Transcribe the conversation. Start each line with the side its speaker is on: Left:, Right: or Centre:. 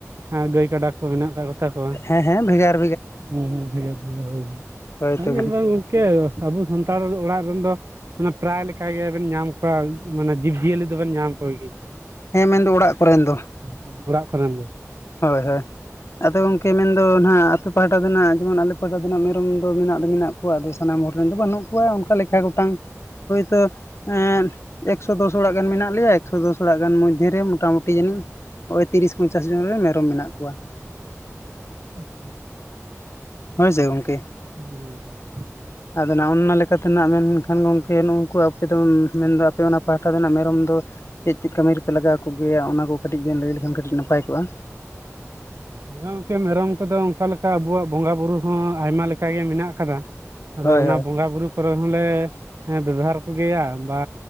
Right: ᱦᱮᱸ ᱜᱟᱹᱭ ᱠᱟᱰᱟ ᱠᱚ ᱢᱮᱱᱟᱜ ᱠᱳᱣᱟ ᱠᱚ ᱛᱟᱠᱚ,
Left: ᱦᱮᱸ ᱦᱮᱸ ᱵᱷᱮᱜᱟᱨ
Right: ᱦᱩᱸ ᱦᱩᱸ ᱵᱷᱮᱜᱟᱨ ᱵᱷᱮᱜᱟᱨ ᱦᱳᱭ ᱦᱚᱭ᱾
Left: ᱦᱳᱭ ᱛᱚᱵᱮ᱾
Right: ᱧᱮᱞ ᱢᱮ ᱜᱚᱝᱠᱮ ᱟᱵᱚ ᱥᱟᱱᱛᱟᱲ ᱚ ᱚᱲᱟᱜ ᱨᱮᱱ ᱫᱚ ᱢᱟᱱᱮ ᱯᱟᱨᱟᱭ ᱞᱮᱠᱟ ᱜᱮ ᱵᱤᱱ ᱧᱟᱢ ᱠᱚᱣᱟ ᱢᱟᱱᱮ ᱡᱤᱵᱽ ᱡᱤᱭᱟᱹᱞᱤ ᱫᱚᱵᱮᱱ ᱧᱟᱢ ᱠᱚᱜᱮ᱾
Left: ᱦᱮᱸ ᱢᱮᱱᱫᱚ ᱚᱲᱟᱜ ᱠᱚᱨᱮᱱ ᱫᱚ᱾
Right: ᱦᱮᱸ ᱚᱲᱟᱜ ᱠᱷᱚᱱᱟᱱ ᱫᱚ᱾
Left: ᱦᱳᱭ ᱦᱳᱭ᱾ ᱟᱫᱚ ᱜᱚᱝᱠᱮ ᱢᱮᱱᱫᱚ ᱱᱷᱟᱸᱜ ᱟᱯᱮ ᱯᱟᱦᱴᱟ ᱫᱚ ᱱᱷᱟᱸᱜ ᱡᱮᱢᱚᱱ ᱟᱞᱮ ᱯᱟᱦᱴᱟ ᱫᱚ ᱱᱷᱟᱸᱜ ᱢᱮᱨᱚᱢ ᱫᱚ ᱢᱮᱱᱟᱜ ᱫᱚ ᱢᱮᱱᱟᱜ ᱠᱚᱣᱟ, ᱟᱫᱚ ᱥᱟᱱᱟᱢ ᱦᱚᱲ ᱨᱮᱱ ᱫᱚ ᱵᱟᱹᱱᱩᱜ ᱠᱚᱣᱟ ᱚᱱᱠᱟ ᱞᱮᱠᱷᱟ ᱜᱚᱴᱟᱝ ᱦᱳᱭᱛᱚ ᱮᱸ ᱮᱠ ᱥᱚ ᱫᱚᱥ ᱚᱲᱟᱜ ᱜᱟᱱ ᱢᱮᱱᱟᱜ ᱞᱮᱭᱟ, ᱮᱠ ᱥᱚ ᱫᱚᱥ ᱚᱲᱟᱜ ᱜᱟᱱ ᱢᱚᱡᱽᱼᱫᱷᱮ ᱨᱮ ᱢᱚᱴᱟ ᱢᱩᱴᱤ ᱡᱟᱹᱱᱤᱡ ᱚᱸᱭ ᱛᱤᱨᱤᱥ ᱯᱚᱧᱪᱟᱥ ᱡᱚᱱ ᱨᱮᱱ ᱢᱮᱨᱚᱢ ᱢᱮᱱᱟᱜ ᱠᱚᱣᱟ᱾
Right: ᱟᱪᱪᱷᱟ᱾
Left: ᱦᱳᱭ ᱥᱮ ᱜᱚᱝᱠᱮ?
Right: ᱦᱩᱸ ᱦᱩᱸ ᱾
Left: ᱟᱫᱚ ᱱᱷᱟᱸᱜ ᱚᱱᱼᱚᱱᱟ ᱞᱮᱠᱟᱛᱮ ᱱᱷᱟᱸᱜ ᱢᱮᱱᱠᱷᱟᱱ ᱜᱚᱝᱠᱮ ᱱᱩᱝ ᱩᱸᱠᱩ ᱟᱯᱮ ᱫᱚ ᱩᱸ ᱢᱮᱱ ᱫᱳ ᱟᱯᱮ ᱚᱱᱟ ᱯᱟᱦᱴᱟ ᱫᱚ ᱱᱷᱟᱸᱜ ᱢᱮᱨᱚᱢ ᱫᱚ ᱪᱮᱫ ᱪᱮᱫ ᱠᱟᱹᱢᱤ ᱨᱮᱯᱮ ᱞᱟᱜᱟᱣ ᱠᱚᱜᱮᱭᱟ ᱚᱱᱟ ᱠᱚ ᱠᱟᱹᱴᱤᱡ ᱵᱮᱱ ᱞᱟᱹᱭ ᱞᱮᱠᱷᱟᱱ ᱠᱟᱹᱴᱤᱡ ᱱᱟᱯᱟᱭ ᱠᱚᱜᱼᱟ?
Right: <unintelligible> ᱜᱚᱝᱠᱮ ᱢᱮᱨᱚᱢ ᱠᱚᱫᱚ ᱚᱸᱠᱟ ᱞᱮᱠᱟ ᱟᱵᱚᱣᱟᱜ ᱵᱚᱸᱜᱟ ᱵᱩᱨᱩ ᱦᱚᱸ ᱟᱭᱢᱟ ᱞᱮᱠᱟ ᱜᱮ ᱢᱮᱱᱟᱜ ᱟᱠᱟᱫᱟ, ᱟᱫᱚ
Left: ᱦᱳᱭ
Right: ᱚᱱᱟ
Left: ᱦᱳᱭ
Right: ᱵᱚᱸᱜᱟ ᱵᱩᱨᱩ ᱠᱚᱨᱮ ᱦᱚᱸᱞᱮ ᱮᱸ ᱵᱮᱵᱷᱟᱨ ᱠᱚᱜᱮᱭᱟ, ᱵᱟ